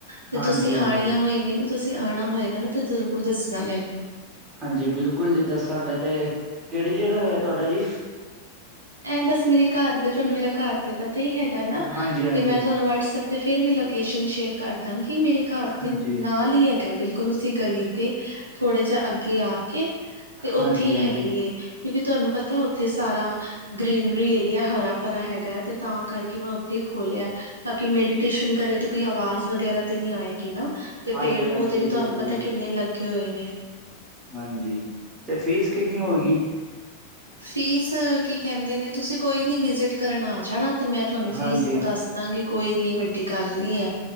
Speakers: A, on the right; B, on the right.
A: ਤੇ
B: ਹਾਂਜੀ
A: ਤੁਸੀਂ ਆਣੀਆਂ
B: ਹਾਂਜੀ ਹਾਂਜੀ
A: ਹੋਏਗੀਆਂ ਨਾ ਤੁਸੀਂ ਆਣਾ ਹੋਏਗਾ ਨਾ ਤੇ ਜ਼ਰੂਰ ਦੱਸਣਾ ਮੈਨੂੰ।
B: ਹਾਂਜੀ ਬਿਲਕੁਲ ਜੀ ਦੱਸਾਂਗੇ ਤੇ, ਕਿਹੜੀ ਜਗ੍ਹਾ ਹੈ ਤੁਹਾਡਾ ਜੀ?
A: ਐ ਬਸ ਮੇਰੇ ਘਰ ਦੇ ਤੁਹਾਨੂੰ ਮੇਰਾ ਘਰ ਤੇ ਪਤਾ ਹੀ ਹੈਗਾ ਨਾ
B: ਹਾਂਜੀ-ਹਾਂਜੀ,
A: ਤੇ ਮੈਂ ਤੁਹਾਨੂੰ ਵਟਸਐਪ ਤੇ ਫੇਰ ਵੀ ਲੋਕੇਸ਼ਨ ਸ਼ੇਅਰ ਕਰਦਾਂਗੀ ਮੇਰੇ ਘਰ ਤੇ
B: ਹਾਂਜੀ,
A: ਨਾਲ ਹੀ ਹੈਗਾ ਬਿਲਕੁਲ ਉਸੇ ਗਲੀ ਤੇ ਥੋੜ੍ਹੇ ਜਾ ਅੱਗੇ ਆ ਕੇ, ਤੇ ਉੱਥੇ
B: ਹਾਂਜੀ-ਹਾਂਜੀ।
A: ਹੀ ਹੈਗੀ ਏ। ਕਿਉਂਕਿ ਤੁਹਾਨੂੰ ਪਤਾ ਉੱਥੇ ਸਾਰਾ ਗਰੀਨਰੀ ਏਰੀਆ ਹਰਾ-ਭਰਾ ਹੈਗਾ ਤੇ ਤਾਂ ਕਰਕੇ ਮੈਂ ਉੱਥੇ ਹੀ ਖੋਲਿਆ। ਤਾਂ ਕਿ ਮੈਡੀਟੇਸ਼ਨ ਕਰੇ ਕੋਈ ਆਵਾਜ਼ ਵਗੈਰਾ ਤੇ ਨਹੀਂ ਆਏਗੀ ਨਾ, ਤੇ
B: ਹਾਂਜੀ-ਹਾਂਜੀ
A: ਪੇੜ ਪੌਦੇ ਵੀ ਤੁਹਾਨੂੰ
B: ਬਿਲਕੁਲ
A: ਪਤਾ
B: ਜੀ,
A: ਕਿੰਨੇ ਲੱਗੇ ਹੋਏ ਨੇ।
B: ਹਾਂਜੀ, ਤੇ ਫੀਸ ਕਿੰਨੀ ਹੋਏਗੀ?
A: ਫੀਸ ਕੀ ਕਹਿੰਦੇ ਨੇ ਤੁਸੀਂ ਕੋਈ ਨੀ ਵਿਜਿਟ ਕਰਨ ਆ ਜਾਣਾ ਤੇ ਮੈਂ ਤੁਹਾਨੂੰ ਫੀਸ
B: ਹਾਂਜੀ,
A: ਤਾਂ ਦੱਸ ਦਾਂਗੀ ਕੋਈ ਇੰਨੀ ਵੱਡੀ ਗੱਲ ਨੀ ਹੈ।